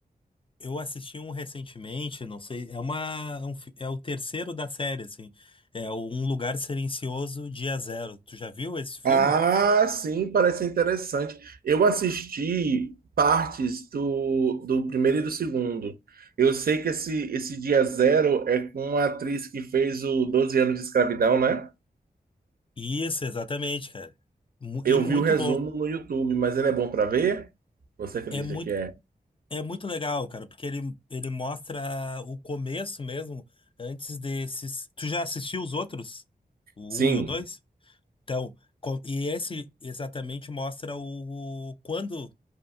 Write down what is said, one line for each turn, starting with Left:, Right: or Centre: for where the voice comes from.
Left: eu assisti um recentemente, não sei, é uma, é um fi- é o terceiro da série, assim. É o Um Lugar Silencioso, Dia Zero. Tu já viu esse filme?
Right: Ah, sim, parece interessante. Eu assisti partes do, do primeiro e do segundo. Eu sei que esse, esse Dia Zero é com a atriz que fez o 12 anos de escravidão, né?
Left: Isso, exatamente, cara. Mu-
Right: Eu
Left: E muito
Right: vi o resumo
Left: bom.
Right: no YouTube, mas ele é bom para ver? Você acredita
Left: É muito
Right: que é?
Left: É muito legal, cara, porque ele, ele mostra o começo mesmo, antes desses. Tu já assistiu os outros? O
Right: Sim,
Left: um e o 2? Então, co- e esse exatamente mostra o, o- quando